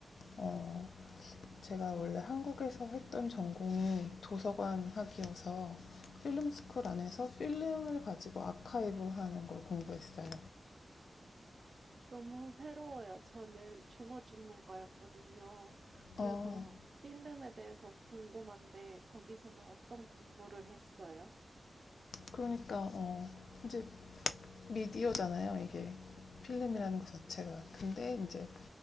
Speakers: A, on the left; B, on the right.
A: 어, 제가 원래 한국에서 했던 전공이 도서관학이어서 필름 스쿨 안에서 필름을 가지고 아카이브 하는 걸 공부했어요.
B: 너무 새로워요. 저는 중어중문과였거든요. 그래서
A: 어,
B: 필름에 대해서 궁금한데 거기서는 어떤 공부를 했어요?
A: 그러니까 어, 이제 미디어잖아요. 이게 필름이라는
B: 네.
A: 것 자체가. 근데 이제